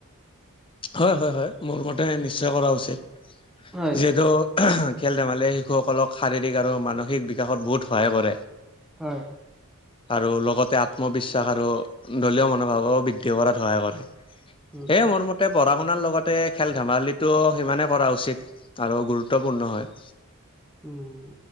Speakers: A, on the left (about 25°); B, in the centre.
A: হয় হয় হয় মোৰ মতে নিশ্চয় কৰা উচিত,
B: হয়,
A: যিহেতু খেল ধেমালিয়ে শিশুসকলক শাৰীৰিক আৰু মানসিক বিকাশত বহুত সহায় কৰে।
B: হয়।
A: আৰু লগতে আত্মবিশ্বাস আৰু দলীয় মনোভাবো বৃদ্ধি কৰাত সহায় কৰে, সেয়ে
B: উম,
A: মোৰ মতে তে পঢ়া শুনাৰ লগতে খেল ধেমালিটো সিমানে কৰা উচিত আৰু গুৰুত্বপূৰ্ণ হয়।
B: উম,